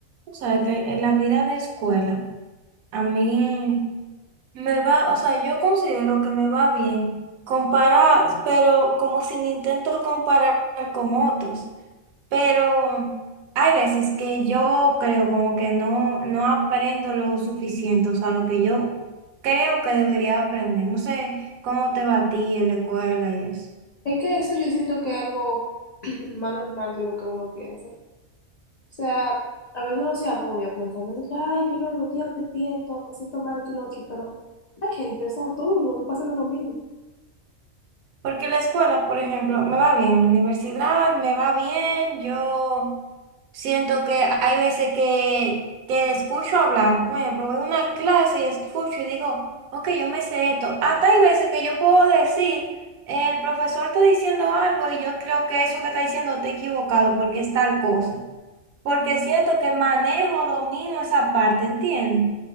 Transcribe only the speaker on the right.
O sea, que en la vida de escuela, a mí me va, o sea, yo considero que me va bien comparar, pero como si me intento comparar con otros. Pero hay veces que yo creo como que no, no aprendo lo suficiente, o sea, lo que yo creo que debería aprender. No sé cómo te va a ti en la escuela y eso.
Porque la escuela, por ejemplo, me va bien, en la universidad me va bien, yo siento que hay veces que, que escucho hablar, por ejemplo, voy a una clase y escucho y digo, ok, yo me sé esto. Hasta hay veces que yo puedo decir, el profesor está diciendo algo y yo creo que eso que está diciendo está equivocado porque es tal cosa, porque siento que manejo, domino esa parte, ¿entiendes?